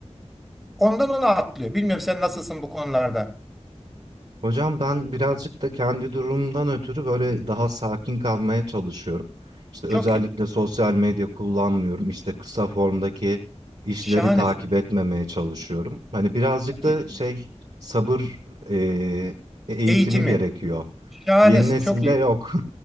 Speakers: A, in the centre; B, on the right.
A: Ondan ona atlıyor. Bilmiyorum sen nasılsın bu konularda.
B: Hocam ben birazcık da kendi durumumdan ötürü böyle daha sakin kalmaya çalışıyorum. İşte özellikle
A: Çok iyi.
B: sosyal medya kullanmıyorum. İşte kısa formdaki işleri
A: Şahanesin.
B: takip etmemeye çalışıyorum. Hani birazcık
A: Çok
B: da
A: iyi.
B: şey sabır eee, eğitimi
A: Eğitimi.
B: gerekiyor.
A: Şahanesin.
B: Yeni nesilde
A: Çok iyi.
B: yok.